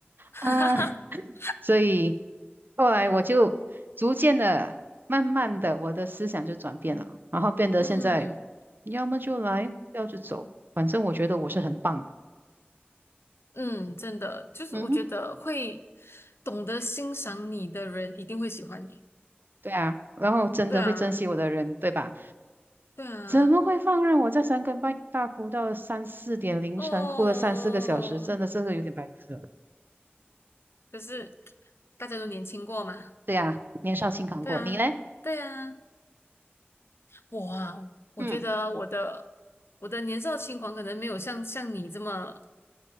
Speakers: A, on the left; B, on the right.
A: <laughs>
B: 啊，<laughs> 所以后来我就逐渐的、慢慢的，我的思想就转变了，然后变得现在，
A: 嗯。
B: 要么就来，不要就走，反正我觉得我是很棒的，
A: 嗯，真的，就是我觉得会
B: 嗯哼，
A: 懂得欣赏你的人一定会喜欢你。
B: 对啊，然后真的会珍惜我的人，
A: 对啊，
B: 对吧？
A: 对啊，
B: 怎么会放任我在三更半夜大哭到三四点凌晨，
A: 哦，
B: 哭了三四个小时？真的，
A: 嗯
B: 真的有点白痴了
A: 可是大家都年轻过嘛。
B: 对啊，年少轻狂过，
A: 对啊，
B: 你嘞？
A: 对啊，我啊，我觉得我的我的年少轻狂可能没有像像你这么
B: 嗯。